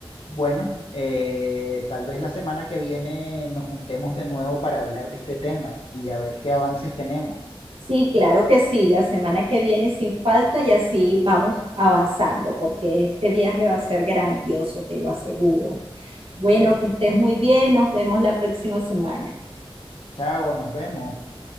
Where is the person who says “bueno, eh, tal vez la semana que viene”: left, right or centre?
Left